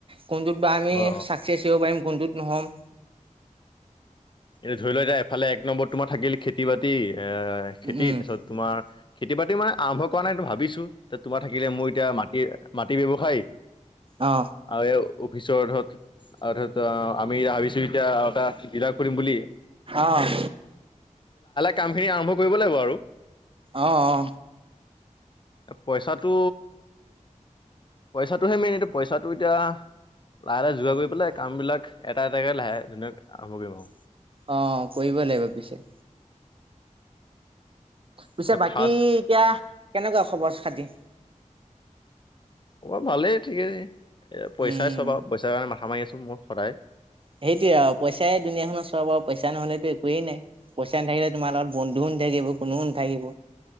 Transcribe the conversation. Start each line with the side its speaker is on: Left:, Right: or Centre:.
Right: কোনটোত বা আমি
Left: অ
Right: বিচিয় পাৰিম কোনটোত নো হম?
Left: এ ধৰি লোৱা এতিয়া এফালে এক নম্বৰত তোমাৰ থাকিল খেতি বাতি এ খেতি
Right: উম
Left: তাৰপিছত তোমাৰ খেতি বাতি মানে আৰম্ভ কৰা নাইটো ভাবিছো তোমাৰ থাকিলে মোৰ এতিয়া মাটি, মাটি ব্যৱসায়
Right: অ অ
Left: আয়অ অফিচৰহঁত আৰু ত আমি ভাবিছোঁ এতিয়া আৰু এটা ডিলাৰ খুলিম বুলি
Right: অহ
Left: কাম খিনি আৰম্ভ কৰিব লাগিব আৰু
Right: অ অ
Left: পইচাটো পইচাটোহে মেইন এইটো পইচাটো এতিয়া লাহে লাহে যোগাৰ কৰি পেলাই কাম বিলাক এটা এটাকে লাহে ধুনীয়াকে আৰম্ভ কৰিম আও।
Right: অ কৰিব লাগিব পিছে পিছে
Left: এতিয়া
Right: বাকী
Left: ফাৰ্ষ্ট
Right: এতিয়া কেনেকুৱা খবৰ-খাতি।
Left: খবৰ ভালেই ঠিকেই। এ পইচাই
Right: উম
Left: চব আৰু পইচাৰ কাৰণে মাথা মাৰি আছো মই সদায়।
Right: সেইটোয়ে আও পইচাই দুনীয়া খনত চব আৰু পইচা নহলেতো একোৱে নাই, পইচা নাথাকিলে তোমাৰ লগত বন্ধু নাথাকিব কোনোও নাথাকিব।